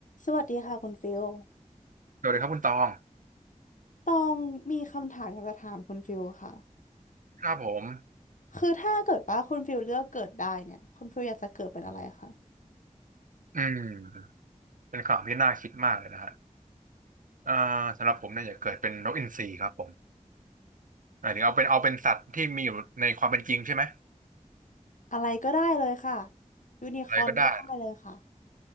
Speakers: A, on the left; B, on the right.
A: สวัสดีค่ะคุณฟิล
B: สวัสดีครับคุณตอง
A: ตองมีคำถามอยากจะถามคุณฟิลค่ะ
B: ครับผม
A: คือถ้าเกิดว่าคุณฟิลเลือกเกิดได้เนี่ยคุณฟิลอยากจะเกิดเป็นอะไรคะ
B: อืมเป็นข่าวที่น่าคิดมากเลยนะฮะเอ่อสำหรับผมเนี่ยอย่าเกิดเป็นนกอินทรีครับผมหมายถึงเอาเป็นเอาเป็นสัตว์ที่มีอยู่ในความเป็นจริงใช่ไหม
A: อะไรก็ได้เลยค่ะยูนิคอร์นก็ได้เลยค่ะ
B: อะไรก็ได้